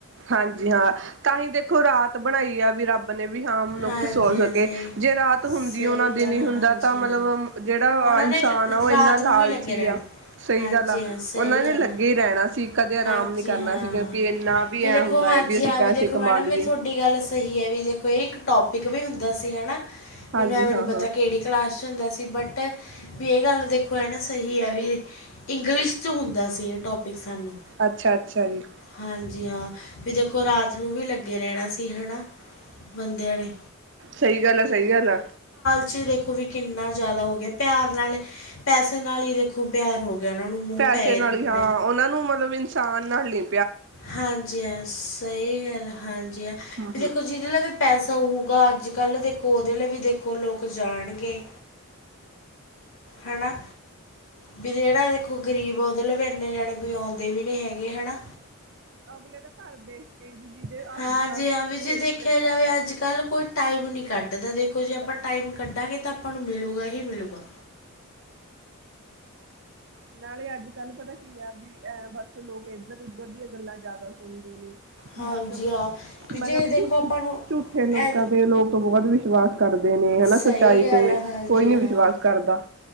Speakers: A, on the right; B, on the left.
A: ਹਾਂਜੀ ਹਾਂ ਤਾਂ ਹੀ ਦੇਖੋ, ਰਾਤ ਬਣਾਈ ਆ ਵੀ ਰੱਬ ਨੇ ਵੀ ਹਾਂ ਮਨੁੱਖ
B: ਹਾਂਜੀ
A: ਸੋ ਸਕੇ,
B: ਹਾਂ, ਸਹੀ
A: ਜੇ ਰਾਤ
B: ਸਹੀ
A: ਹੁੰਦੀ ਉਹਨਾ
B: ਗੱਲ
A: ਦਿਨ ਹੀ
B: ਆ,
A: ਹੁੰਦਾ
B: ਹਾਂਜੀ
A: ਤਾਂ ਮਤਲਬ
B: ਹਾਂ
A: ਜਿਹੜਾ
B: ਉਹਨਾਂ
A: ਇਨਸਾਨ
B: ਨੇ ਰ-
A: ਆ ਉਹ
B: ਰਾਤ
A: ਇੰਨਾ
B: ਨੂੰ
A: ਲਾਲਚੀ
B: ਵੀ ਲੱਗੇ ਰਹਿਣਾ
A: ਆ, ਸਹੀ
B: ਹਾਂਜੀ
A: ਗੱਲ ਆ
B: ਹਾਂ ਸਹੀ
A: ਉਹਨਾਂ ਨੇ
B: ਗੱਲ
A: ਲੱਗੇ
B: ਆ।
A: ਹੀ ਰਹਿਣਾ ਸੀ ਕਦੇ ਰਾਮ
B: ਹਾਂਜੀ
A: ਨੀ ਕਰਨਾ
B: ਹਾਂ।
A: ਸੀ ਕਿਉਂਕਿ ਇੰਨਾ
B: ਵੀ
A: ਐ
B: ਦੇਖੋ
A: ਹੁੰਦਾ
B: ਹਾਂਜੀ
A: ਹੈ ਅਸੀਂ
B: ਹਾਂ,
A: ਪੈਸੇ
B: ਵੀ ਦੇਖੋ
A: ਕਮਾ
B: ਮੈਡਮ
A: ਲਈਏ
B: ਵੀ ਤੁਹਾਡੀ ਗੱਲ ਸਹੀ ਹੈ, ਵੀ ਦੇਖੋ ਇਹ ਇੱਕ ਟੋਪਿਕ ਵੀ ਹੁੰਦਾ ਸੀ ਹੈ ਨਾ। ਮੈਨੂੰ
A: ਹਾਂਜੀ
B: ਮੈਨੂੰ
A: ਹਾਂ
B: ਪਤਾ
A: ਹਾਂ
B: ਕਿਹੜੀ ਕਲਾਸ ਚ ਹੁੰਦਾ ਸੀ, ਬਟ ਵੀ ਇਹ ਗੱਲ ਦੇਖੋ ਹੈ ਨਾ ਸਹੀ ਹੈ ਵੀ, ਇੰਗਲਿਸ਼ ਚ ਹੁੰਦਾ ਸੀ ਇਹ ਟੋਪਿਕ ਸਾਨੂੰ।
A: ਅੱਛਾ ਅੱਛਾ ਜੀ
B: ਹਾਂਜੀ ਹਾਂ ਵੀ ਦੇਖੋ ਰਾਤ ਨੂੰ ਵੀ ਲੱਗੇ ਰਹਿਣਾ ਸੀ ਹੈਨਾ ਬੰਦਿਆਂ ਨੇ
A: ਸਹੀ ਗੱਲ ਆ ਸਹੀ ਗੱਲ ਆ
B: ਚੇ ਦੇਖੋ ਵੀ ਕਿੰਨਾ ਜ਼ਿਆਦਾ ਹੋ ਗਿਆ, ਪਿਆਰ ਨਾਲ ਪੈਸੇ ਨਾਲ ਹੀ ਦੇਖੋ ਪਿਆਰ ਹੋ ਗਿਆ ਉਹਨਾਂ ਨੂੰ ਮੋਹ
A: ਪੈਸੇ
B: ਪੈ ਗਿਆ
A: ਨਾਲ
B: ਦੇਖੋ
A: ਹੀ, ਹਾਂ
B: ਪਿਆ
A: ਉਹਨਾਂ ਨੂੰ ਮਤਲਬ ਇਨਸਾਨ ਨਾਲ ਨ
B: ਹਾਂਜੀ ਹਾਂ ਸਹੀ ਗੱਲ ਹਾਂਜੀ ਆ,
A: ਹੂੰ-ਹੂੰ।
B: ਵੀ ਦੇਖੋ ਜਿਹਦੇ ਨਾਲ ਵੀ ਪੈਸਾ ਹੋਊਗਾ ਅੱਜ ਕੱਲ੍ਹ ਦੇਖੋ ਉਹਦੇ ਲਈ ਵੀ ਦੇਖੋ ਲੋਕ ਲੋਕ ਜਾਣਗੇ ਹੈਨਾ ਵੀ ਜਿਹੜਾ ਦੇਖੋ ਗ਼ਰੀਬ ਉਹਦੇ ਲੇ ਵੀ, ਇੰਨੇ ਜਾਣੇ ਕੋਈ ਆਉਂਦੇ ਵੀ ਨੀ ਹੈਗੇ ਹਨਨਾ
A: ਨਾ-ਨਾ। ਅਗਲੇ ਤਾਂ ਘਰਦੇ ਕਈ ਵੀ ਜਿਹਦੇ ਅੱਜ-ਕੱਲ
B: ਹਾਂ ਜੀ
A: ਤਾਂ
B: ਹਾਂ
A: ਜਿਹਦੇ
B: ਵੀ, ਜੇ ਦੇਖਿਆ
A: ਏਸੀ ਲੱਗਿਆ
B: ਜਾਵੇ
A: ਹੋਇਆ ਹਾਂ
B: ਅੱਜ ਕੱਲ ਕੋਈ ਟਾਈਮ ਨੀ ਕੱਢਦਾ, ਦੇਖੋ ਜੇ ਆਪਾਂ
A: ਹਾਂ,
B: ਟਾਈਮ ਕੱ ਕਢਾਂਗੇ, ਤਾਂ ਆਪਾਂ ਨੂੰ ਮਿਲੂਗਾ ਹੀ ਮਿਲੂਗਾ
A: ਨਾਲੇ ਅੱਜ ਕੱਲ੍ਹ, ਪਤਾ ਕੀ ਆ ਵੀ ਐ ਬਸ ਲੋਕ ਇੱਧਰ ਉਧਰ ਦੀਆਂ ਗੱਲਾਂ ਜ਼ਿਆਦਾ ਸੁਣਦੇ ਨੇ
B: ਹਾਂਜੀ
A: ਵੀ ਬਸ ਮਤਲਬ
B: ਹਾਂ ਵੀ ਜੇ ਦੇਖੋ
A: ਝੂਠੇ,
B: ਆਪਾਂ ਨੂੰ
A: ਝੂਠੇ ਲੋਕਾਂ
B: ਐ
A: ਤੇ ਲੋਕ ਤੋਂ ਬਹੁਤ ਵਿਸ਼ਵਾਸ ਕਰਦੇ ਨੇ, ਹਨਾ
B: ਸਹੀ
A: ਸੱਚਾਈ
B: ਗੱਲ
A: ਤੇ
B: ਆ ਹਾਂਜੀ
A: ਕੋਈ ਨੀ
B: ਹਾਂ।
A: ਵਿਸ਼ਵਾਸ ਕਰਦਾ